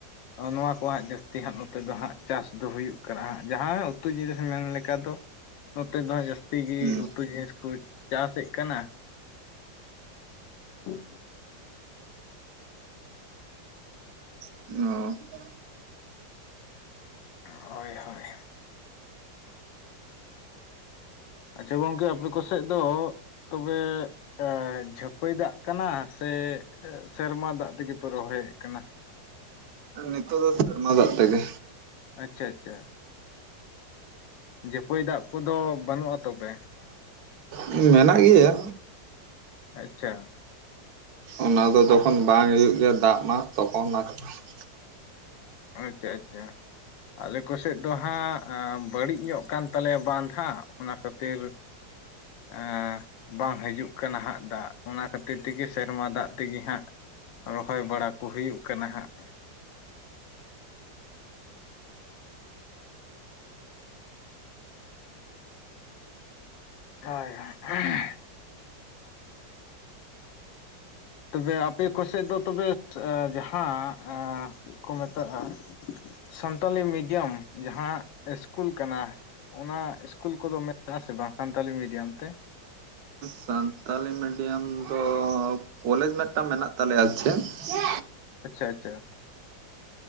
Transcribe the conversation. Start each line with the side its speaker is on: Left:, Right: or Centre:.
Left: ᱱᱚᱶᱟ ᱠᱚ ᱦᱟᱸᱜ ᱡᱟᱹᱥᱛᱤ ᱦᱟᱸᱜ ᱱᱚᱛᱮ ᱫᱚ ᱦᱟᱸᱜ ᱪᱟᱥ ᱫᱚ ᱦᱩᱭᱩᱜ ᱠᱟᱱᱟ ᱦᱟᱸᱜ᱾ ᱡᱟᱦᱟᱸ ᱩᱛᱩ ᱡᱤᱱᱤᱥ ᱢᱮᱱ ᱞᱮᱠᱟ ᱫᱚ ᱱᱚᱛᱮ ᱫᱚ ᱱᱷᱟᱜ ᱡᱟᱹᱥᱛᱤ ᱜᱤ
Right: ᱦᱩᱸ
Left: ᱩᱛᱩ ᱡᱤᱱᱤᱥ ᱠᱚ ᱪᱟᱥᱮᱫ ᱠᱟᱱᱟ᱾ <inaudible>
Right: <unintelligible>
Left: ᱦᱳᱭ ᱦᱳᱭ᱾ ᱟᱪᱪᱷᱟ ᱜᱚᱝᱠᱮ ᱟᱯᱮ ᱠᱚ ᱥᱮᱫ ᱫᱚ ᱛᱚᱵᱮ ᱟᱺᱻ ᱡᱷᱟᱹᱯᱟᱹᱭ ᱫᱟᱜ ᱠᱟᱱᱟ ᱥᱮ ᱥᱮᱨᱢᱟ ᱫᱟᱜ ᱛᱮᱜᱮ ᱯᱮ ᱨᱚᱦᱚᱭᱮᱫ ᱠᱟᱱᱟ?
Right: ᱱᱤᱛᱚ <unintelligible> ᱥᱮᱨᱢᱟ ᱫᱟᱜ ᱛᱮᱜᱮ᱾
Left: ᱟᱪᱪᱷᱟ ᱟᱪᱪᱷᱟ᱾ ᱡᱷᱟᱹᱯᱟᱹᱭ ᱫᱟᱜ ᱠᱚᱫᱚ ᱵᱟᱹᱱᱩᱜᱼᱟ ᱛᱚᱵᱮ?
Right: ᱦᱩᱸ ᱢᱮᱱᱟᱜ ᱜᱮᱭᱟ᱾
Left: ᱟᱪᱪᱷᱟ᱾
Right: ᱚᱱᱟ ᱫᱚ ᱛᱚᱠᱷᱚᱱ ᱵᱟᱝ ᱦᱩᱭᱩᱜ ᱜᱮᱭᱟ᱾ ᱫᱟᱜ ᱢᱟ ᱛᱚᱠᱷᱚᱱ <unintelligible>
Left: ᱟᱪᱪᱷᱟ ᱟᱪᱪᱷᱟ᱾ ᱟᱞᱮ ᱠᱚᱥᱮᱫ ᱫᱚ ᱦᱟᱸᱜ, ᱟ ᱵᱟᱹᱲᱤᱡ ᱧᱚᱜ ᱟᱠᱟᱱ ᱛᱟᱞᱮᱭᱟ ᱵᱟᱸᱫᱷ ᱦᱟᱸᱜ, ᱚᱱᱟ ᱠᱷᱟᱹᱛᱤᱨ
Right: <inaudible>
Left: ᱟ ᱵᱟᱝ ᱦᱤᱡᱩᱜ ᱠᱟᱱᱟ ᱦᱟᱸᱜ ᱫᱟᱜ᱾ ᱚᱱᱟ ᱠᱷᱟᱹᱛᱤᱨ ᱛᱮᱜᱮ ᱥᱮᱨᱢᱟ ᱫᱟᱜ ᱛᱮᱜᱮ ᱦᱟᱸᱜ ᱨᱚᱦᱚᱭ ᱵᱟᱲᱟ ᱠᱚ ᱦᱩᱭᱩᱜ ᱠᱟᱱᱟ ᱦᱟᱸᱜ᱾ ᱦᱳᱭ᱾ <unintelligible> ᱛᱚᱵᱮ ᱟᱯᱮ ᱠᱚ ᱥᱮᱫ ᱫᱚ ᱛᱚᱵᱮ ᱟ ᱡᱟᱦᱟᱸ ᱟᱻ ᱪᱮᱫ ᱠᱚ ᱢᱮᱛᱟᱜᱼᱟ᱾ ᱥᱟᱱᱛᱟᱞᱤ ᱢᱤᱰᱤᱭᱟᱢ ᱡᱟᱦᱟᱸ ᱤᱥᱠᱩᱞ ᱠᱟᱱᱟ᱾ ᱚᱱᱟ ᱤᱥᱠᱩᱞ ᱠᱚᱫᱚ ᱢᱮᱱᱟᱜ ᱟᱥᱮ ᱵᱟᱝ ᱥᱟᱱᱛᱟᱞᱤ ᱢᱤᱰᱤᱭᱟᱢ ᱛᱮ?
Right: ᱥᱟᱱᱛᱟᱞᱤ ᱢᱤᱰᱤᱭᱟᱢ ᱫᱚ ᱢᱤᱢᱤᱫᱴᱟᱝ ᱢᱮᱱᱟᱜ ᱛᱟᱞᱮᱭᱟ ᱪᱮᱫ? ᱪᱮᱫ?
Left: ᱟᱪᱪᱷᱟ ᱟᱪᱪᱷᱟ᱾